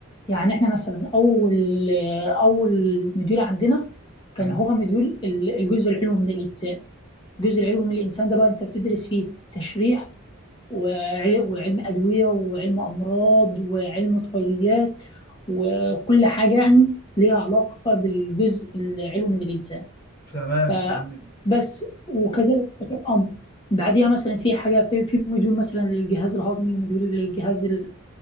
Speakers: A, on the left (about 20°); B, on the left (about 40°).
A: يعني احنا مثلا اول اول مديول عندنا كان
B: تمام
A: هو مديول ال- الجزء العلوي من الانسان الجزء العلوي من الانسان ده بقى انت بتدرس فيه تشريح وعل- وعلم ادويه وعلم امراض وعلم طفيليات وكل حاجه يعني ليها علاقه بالجزء العلوي من الانسان
B: تمام
A: فبس
B: تمام
A: وكذلك الامر بعديها مثلا في حاجه في في مديول مثلا للجهاز الهضمي ومديول للجهاز